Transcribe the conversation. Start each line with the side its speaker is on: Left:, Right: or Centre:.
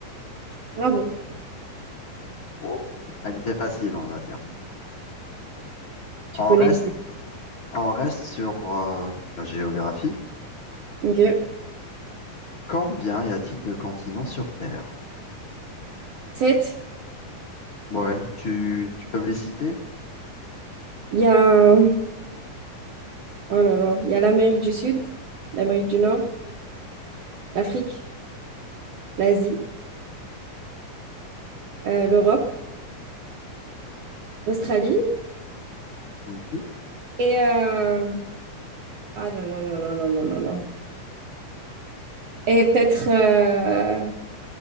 Right: Bravo,
Left: Oh, elle était facile, on va dire.
Right: tu
Left: On
Right: connais.
Left: reste, on reste sur euh, la géographie.
Right: Ok.
Left: Combien y a-t-il de continents sur Terre?
Right: 7.
Left: Ouais, tu, tu peux me les citer?
Right: Il y a... Oh là là. Il y a l'Amérique du Sud, l'Amérique du Nord, l'Afrique, l'Asie, euh, l'Europe, l'Australie
Left: Mhm.
Right: Et euh, ah là là là là là là là là. Et peut-être euh,